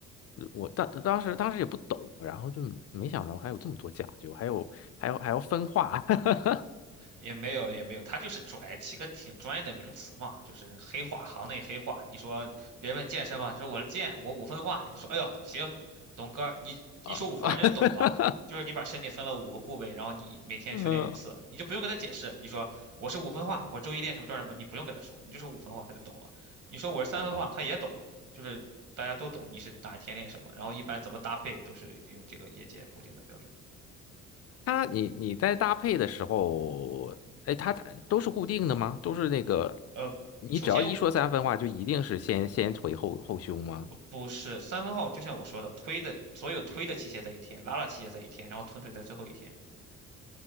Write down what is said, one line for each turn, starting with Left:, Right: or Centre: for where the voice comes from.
Left: 我当当时当时也不懂，然后就没想到还有这么多讲究，还有还要还要分化，<laughs>
Right: 也没有也没有，他就是拽起个挺专业的名词嘛，就是黑话，行内黑话。你说别人问你健身吗？你说我健，我五分化。你说哎呦行，董哥，你一说五分化你就懂了，
Left: 啊，<laughs>
Right: 就是你把身体分了五个部位，然后你每天去练一次，
Left: 嗯
Right: 你就不用跟他解释。你说我是五分化，我周一练什么做什么，你不用跟他说，你就说五分化他就懂了。你说我是三分化，
Left: 嗯。
Right: 他也懂了，就是大家都懂你是哪一天练什么，然后一般怎么搭配都是用这个业界固定的标准的。
Left: 它你你在搭配的时候，
Right: 嗯，
Left: 哎，它它都是固定的吗？都是那个，
Right: 呃，
Left: 你只要一说三分话，
Right: 首先
Left: 就一定是先先腿后后胸吗？
Right: 不是三分号，就像我说的，推的所有推的器械在一天，拉拉器械在一天，然后臀腿在最后一天